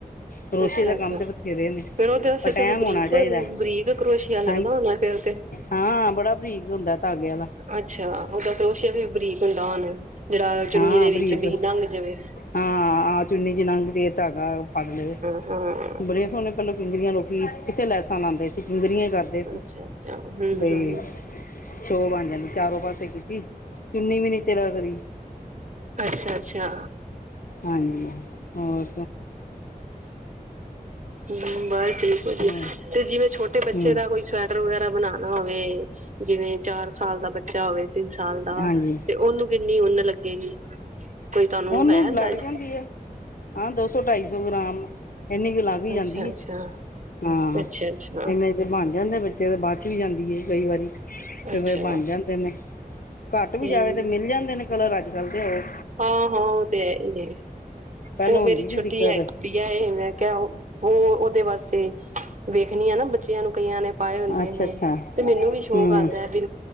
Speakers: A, on the left; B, on the right.
A: ਕਰੋਸ਼ੇਏ
B: ਅੱਛਾ-ਅੱਛਾ
A: ਦਾ ਕੰਮ ਤੇ ਬਥੇਰੇ ਨੇ,
B: ਫੇਰ ਉਹਦੇ ਵਾਸਤੇ
A: ਪਰ ਟੈਮ
B: ਤੇ ਬਰੀਕ-ਬਰੀਕ
A: ਹੋਨਾ ਚਾਈਦਾ,
B: ਕਰੋਸ਼ੀਆ ਲੱਗਦਾ
A: ਹਾਂ
B: ਹੋਣਾ ਫੇਰ ਤੇ
A: ਹਾਂ, ਬੜਾ ਬਰੀਕ ਹੁੰਦਾ ਤਾਗੇ ਆਲਾ
B: ਅੱਛਾ, ਓ ਤਾਂ ਕਰੋਸ਼ਿਆ ਵੀ ਬਰੀਕ ਹੁੰਦਾ ਹੋਨਾ, ਜੇੜਾ ਚੁੰਨੀ
A: ਹਾਂ
B: ਦੇ
A: ਬਰੀਕ
B: ਵਿੱਚ ਬੀ ਲੰਘ ਜਵੇ।
A: ਹਾਂ, ਆਹ ਚੁੰਨੀ ਜਿਹੀ ਲੰਘਦੀ ਏ ਤਾਗਾ ਫੜ ਲਵੇ।
B: ਅਹ
A: ਬੜੇ ਸੋਨੇ ਪੈਲਾ ਕਿੰਗਰੀਆਂ ਲੋਕੀ, ਕਿੱਥੇ ਲੈਸਾਂ ਲਾਂਦੇ ਸੀ ਕਿੰਗਰੀਆ ਹੀ ਕਰਦੇ ਸੀ
B: ਅੱਛਾ-ਅੱਛਾ, ਹੂੰ ਹੂੰ
A: ਬਈ
B: ਹੂੰ ਹੂੰ।
A: ਸ਼ੋਅ ਬਣ ਜਾਂਦੀ ਚਾਰੋਂ ਪਾਸੇ ਕੀਤੀ, ਚੁੰਨੀ ਵੀ ਨੀ ਤਿਲਕਦੀ।
B: ਅੱਛਾ-ਅੱਛਾ
A: ਹਾਂਜੀ, ਹੋਰ
B: ਹੂੰ ਬੱਸ ਠੀਕ ਵਾ ਜੀ,
A: ਹੋਰ
B: ਤੇ ਜਿਵੇਂ ਛੋਟੇ ਬੱਚੇ
A: ਹਮ
B: ਦਾ ਕੋਈ ਸਵੈਟਰ ਵਗੈਰਾ ਬਣਾਣਾ ਹੋਵੇ, ਜਿਵੇਂ ਚਾਰ ਸਾਲ ਦਾ ਬੱਚਾ ਹੋਵੇ। ਤਿੰਨ ਸਾਲ ਦਾ
A: ਹਾਂਜੀ
B: ਤੇ ਉਹਨੂੰ ਕਿੰਨੀ ਉੱਨ ਲੱਗੇਗੀ। ਕੋਈ ਤੁਹਾਨੂੰ
A: ਉਹਨੂੰ
B: ਹੈ ਅੰਦਾਜ਼ਾ
A: ਲੱਗ ਜਾਂਦੀ ਏ, ਹਾਂ ਦੋ ਸੌ ਢਾਈ ਸੌ ਗ੍ਰਾਮ ਇਨੀ ਕੁ ਲੱਗ ਹੀ ਜਾਂਦੀ
B: ਅੱਛਾ
A: ਹੈ।
B: ਅੱਛਾ
A: ਹਾਂ-ਹਾਂ
B: ਅੱਛਾ ਅੱਛਾ
A: ਇਵੇ ਤੇ ਬਣ ਜਾਂਦੇ ਬੱਚੇ ਤਾਂ ਬੱਚ ਵੀ ਜਾਂਦੀ ਹੈ ਕਈ ਵਾਰੀ ਤੇ
B: ਅੱਛਾ
A: ਫੇਰ ਬਣ ਜਾਂਦੇ ਨੇ। ਘੱਟ
B: ਠੀਕ
A: ਵੀ ਜਾਵੇ ਤੇ ਮਿਲ ਜਾਂਦੇ ਨੇ ਕਲਰ ਅੱਜਕੱਲ੍ਹ ਤੇ ਉਹ।
B: ਹਾਂ- ਹਾਂ ਉਹ ਤੇ ਹੈ ਹੀ ਏ,
A: ਪਹਿਲਾਂ
B: ਉਹ
A: ਹੁੰਦੀ
B: ਮੇਰੀ
A: ਸੀ
B: ਛੋਟੀ
A: ਦਿੱਕਤ
B: <unintelligible> ਦੀਆ ਏ ਮੈ ਕਿਆ, ਉਹ ਉਹਦੇ ਵਾਸਤੇ, ਵੇਖਨੀ ਆ ਨਾ ਬੱਚਿਆਂ ਨੂੰ ਕਈਆਂ ਨੇ ਪਾਏ ਹੁੰਦੇ
A: ਅੱਛਾ
B: ਨੇ।
A: ਅੱਛਾ
B: ਤੇ ਮੈਨੂੰ ਵੀ ਸ਼ੌਕ
A: ਹੂੰ
B: ਆਂਦਾ ਵੀ,